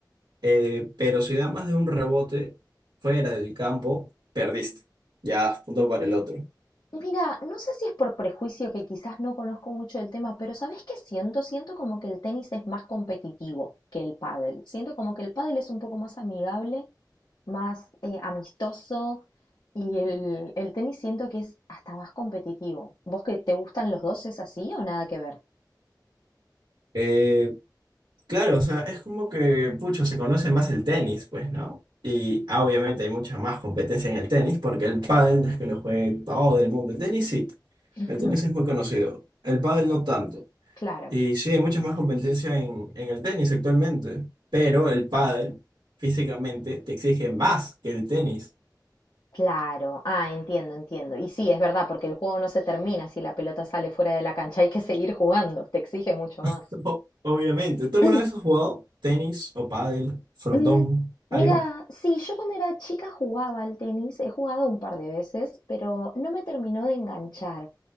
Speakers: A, on the right; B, on the left.
A: eh, pero si da más de un rebote fuera del campo, perdiste. Ya, punto para el otro.
B: Mira, no sé si es por prejuicio que quizás no conozco mucho del tema, pero ¿sabés qué siento? Siento como que el tenis es más competitivo que el pádel. Siento como que el pádel es un poco más amigable, más eh, amistoso y el, el tenis siento que es hasta más competitivo. ¿Vos que te gustan los dos es así o nada que ver?
A: Eh, Claro, o sea, es como que, pucha, se conoce más el tenis, pues, ¿no? Y ah, obviamente hay mucha más competencia en el tenis, porque el pádel no es que lo juegue todo el mundo. El tenis sí,
B: Ujú,
A: el tenis es muy conocido, el pádel no tanto.
B: Claro.
A: Y sí, hay mucha más competencia en, en el tenis actualmente, pero el pádel físicamente te exige más que el tenis,
B: Claro, ah, entiendo, entiendo. Y sí, es verdad, porque el juego no se termina si la pelota sale fuera de la cancha, hay que seguir jugando, te exige mucho más.
A: <laughs> O- obviamente. ¿Tú alguna
B: <clears throat>
A: vez has jugado tenis o pádel, frontón,
B: Mm,
A: algo?
B: mira, sí, yo cuando era chica jugaba al tenis, he jugado un par de veces, pero no me terminó de enganchar.